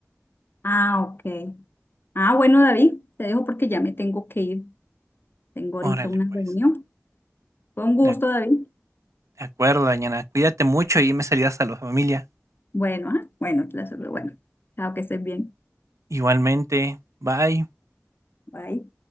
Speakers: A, on the left (about 45°); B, on the right (about 80°).
A: ah, ok. Ah, bueno, David, te dejo porque ya me tengo que ir. Tengo ahorita
B: Órale,
A: una
B: pues.
A: reunión. Fue un gusto,
B: De ac-
A: David.
B: de acuerdo, Dañana, cuídate mucho y me saludas a la familia.
A: Bueno, ah, bueno, te la- bueno. Chao, que estés bien.
B: Igualmente, bye.
A: Bye.